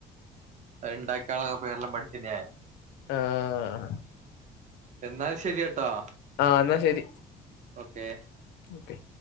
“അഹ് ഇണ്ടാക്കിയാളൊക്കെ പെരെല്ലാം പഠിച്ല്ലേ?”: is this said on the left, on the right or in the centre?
Right